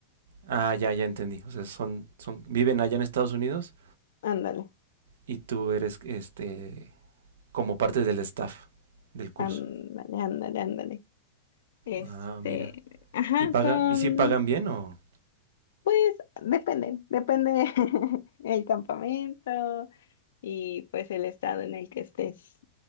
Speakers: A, on the right; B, on the left.
A: Ah, ya, ya entendí. O sea, son, son, viven allá en Estados Unidos
B: Ándale,
A: y tú eres, este, como parte del staff del curso.
B: ándale, ándale, ándale. Este,
A: Ah, mira.
B: ajá,
A: Y paga,
B: son,
A: y si pagan bien o
B: pues, depende, depende <laughs> el campamento y pues el estado en el que estés.